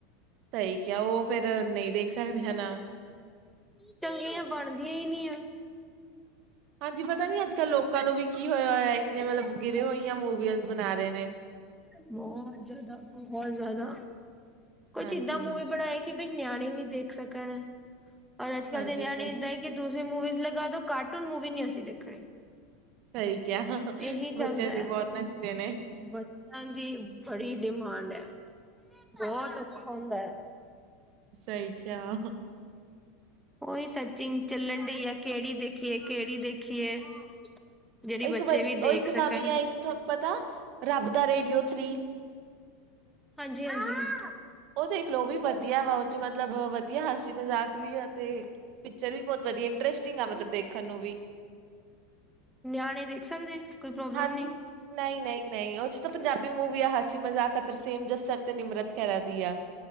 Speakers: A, on the right; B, in the centre.
A: ਸਹੀ ਕਿਹਾ ਉਹ ਫਿਰ ਨਹੀਂ ਦੇਖ ਸਕਦੇ ਹਨਾ
B: ਚੰਗੀਆਂ ਬਣਦੀਆਂ ਹੀ ਨਹੀਂ ਆ
A: ਹਾਂਜੀ ਪਤਾ ਨੀ ਅੱਜ ਕੱਲ੍ਹ ਲੋਕਾਂ ਨੂੰ ਵੀ ਕੀ ਹੋਇਆ ਹੋਇਆ ਇੰਨੇ ਮੱਤਲਬ ਗਿਰੀਆਂ ਹੋਈਆਂ ਮੂਵੀਜ਼ ਬਣਾ ਰਹੇ ਨੇ
B: ਬਹੁਤ ਜ਼ਿਆਦਾ ਬਹੁਤ ਜ਼ਿਆਦਾ ਕੁਛ
A: ਹਾਂਜੀ।
B: ਇਦਾਂ ਮੂਵੀ ਬਣਾਏ ਕਿ ਵੀ ਨਿਆਣੇ ਵੀ ਦੇਖ ਸਕਣ ਔਰ ਅੱਜ ਕੱਲ੍ਹ
A: ਹਾਂਜੀ
B: ਦੇ ਨਿਆਣੇ
A: ਸਹੀ
B: ਇਦਾਂ ਹੀ ਕਿ ਦੂਸਰੀ ਮੂਵੀਜ਼ ਲਗਾ ਦੋ ਕਾਰਟੂਨ ਮੂਵੀ ਨੀ ਅਸੀਂ ਦੇਖਣੀ
A: ਸਹੀ ਕਿਹਾ ਬੱਚਿਆਂ
B: ਇਹੀ ਚੱਲਦਾ ਹੈ
A: ਚੱ ਬਹੁਤ ਨੱਚੇ ਨੇ
B: ਬੱਚਿਆਂ ਦੀ ਬੜੀ ਡਿਮਾਂਡ ਹੈ ਬਹੁਤ ਔਖਾ ਹੁੰਦਾ ਹੈ।
A: ਸਹੀ ਕਿਆ
B: ਓਈ ਸਚੀਂਗ ਚੱਲਨ ਡਈ ਆ, ਕੇੜੀ ਦੇਖੀਏ ਕੈੜੀ ਦੇਖੀਏ। ਜਿਹੜੀ
A: ਓਹ
B: ਬੱਚੇ
A: ਇੱਕ ਦ
B: ਵੀ ਦੇਖ
A: ਇੱਕ
B: ਸਕਣ
A: ਨਵੀਂ ਆਈ ਸੀ ਥੋਨ ਪਤਾ? ਰੱਬ ਦਾ ਰੇੜੀਓ ਥ੍ਰੀ?
B: ਹਾਂਜੀ, ਹਾਂਜੀ।
A: ਓ ਦੇਖ ਲੋ ਉਹ ਵੀ ਬਦੀਆ ਵਾ, ਓ ਚ ਮੱਤਲਬ ਵਦੀਆ ਹਾਸੀ ਮਜ਼ਾਕ ਵੀ ਆ ਤੇ ਪਿੱਚਰ ਵੀ ਬੋਤ ਵਦੀਆ ਇੰਟਰਸਟਿੰਗ ਆ ਮੱਤਲਬ ਦੇਖਨ ਨੂੰ ਵੀ।
B: ਨਿਆਣੇ ਦੇਖ ਸਕਦੇ ਕੋਈ ਪ੍ਰੋਬਲਮ
A: ਹਾਂਜੀ,
B: ਨਹੀਂ
A: ਨਈ, ਨਈ, ਨਈ ਓਚ <unintelligible> ਤੇ ਪੰਜਾਬੀ ਮੂਵੀ ਆ ਹਾਸੀ ਮਜ਼ਾਕ ਆ, ਤਰਸੇਮ ਜੱਸਰ ਤੇ ਨਿਮਰਤ ਖੈਰਾ ਦੀ ਆ।